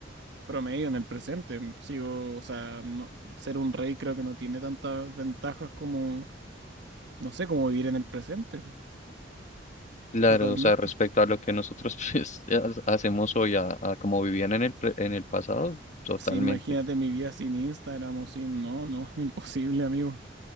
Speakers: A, on the right; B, on the left.
A: promedio en el presente. Sigo, o sea, no- ser un rey creo que no tiene tantas ventajas como, no sé, como vivir en el presente,
B: Claro,
A: totalmente.
B: o sea, respecto a lo que nosotros <laughs> pues, eh, ha- hacemos hoy, a, a como vivían en el, pre- en el pasado, totalmente.
A: Sí, imagínate mi vida sin Instagram o sin, no, no, <laughs> imposible, amigo.